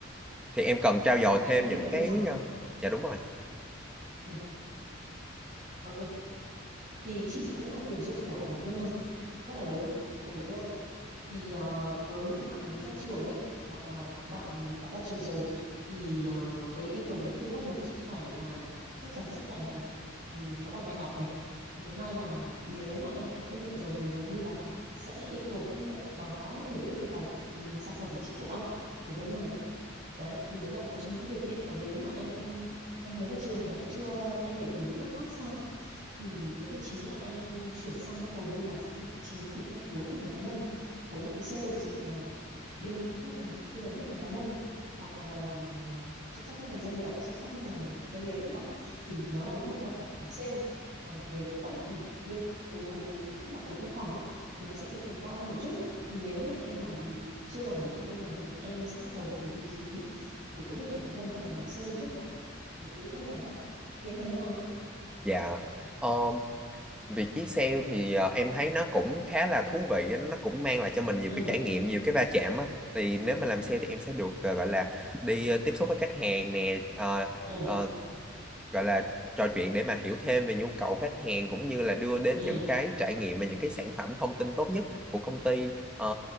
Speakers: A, in the centre; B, on the right.
A: Thì em cần trau dồi
B: em
A: thêm
B: học kinh
A: những
B: tế
A: cái
B: đúng không
A: ờ, dạ đúng rồi.
B: ừ. ok thì chị cũng là tuyển dụng của một ngân hàng rất là lớn của Việt Nam thì ờ, với những cái bạn mới ra trường ấy hoặc là bạn đã ra trường rồi thì ờ, cái yêu cầu đầu tiên bắt buộc chắc phải là chắc chắn sẽ phải là ừm, có bằng đại học này cái thứ hai là nếu mà em đã có kinh nghiệm rồi thì hầu như là sẽ yêu cầu kinh nghiệm có hiểu biết về tài ừm, sản phẩm tài chính của bank của ngân hàng ấy đấy thì đấy là một trong những điều kiện còn nếu mà em không em mới ra trường và em chưa em nhảy từ lĩnh vực khác sang thì cái vị trí mà em chuyển sang ấy, hầu như là sẽ là vị trí của các khối khách hàng cá nhân khối làm sale ví dụ là bên khách hàng tư vấn khách hàng cá nhân hoặc là làm ờ, chăm sóc khách hàng doanh nghiệp chăm sóc khách hàng doanh nghiệp nữa thì nó là những bộ phận làm sale còn về khối back thì yêu khối khối tức là khối văn phòng ấy, thì nó sẽ yêu cầu cao hơn một chút thì nếu mà em mà chưa làm ở lĩnh vực ngân hàng thì em sẽ bắt đầu từ vị trí của khối khách hàng cá nhân tức là làm sale trước đã của khách hàng đã thì em thấy thế nào
A: Dạ. Ờ, Việc ký sale thì ờ, em thấy nó cũng khá là thú vị, á, nó cũng mang lại cho mình nhiều
B: ừ
A: cái trải nghiệm, nhiều cái va chạm á. Thì nếu mà làm sale thì em sẽ được ờ, gọi là đi ờ, tiếp xúc với khách hàng nè, ờ,
B: ừ
A: ờ, gọi là trò chuyện để mà hiểu thêm về nhu cầu khách hàng cũng như là đưa đến
B: ừ
A: những cái trải nghiệm và những cái sản phẩm thông tin tốt nhất của công ty ờ,